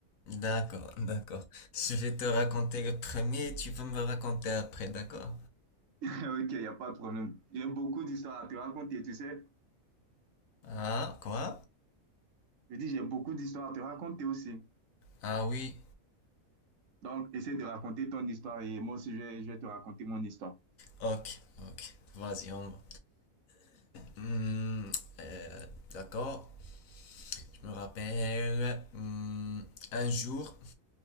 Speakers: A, on the left; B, on the right.
A: D'accord, d'accord. Je vais te raconter le premier et tu vas me raconter après, d'accord?
B: <laughs> Ok, il n'y a pas de problème. J'ai beaucoup d'histoires à te raconter, tu sais.
A: Ah, quoi?
B: Je dis, j'ai beaucoup d'histoires à te raconter aussi.
A: Ah oui,
B: Donc, essaie de raconter ton histoire et moi aussi, je vais, je vais te raconter mon histoire.
A: ok, ok. Vas-y, on va. Hmm, euh, d'accord, je me rappelle. hmm, un jour,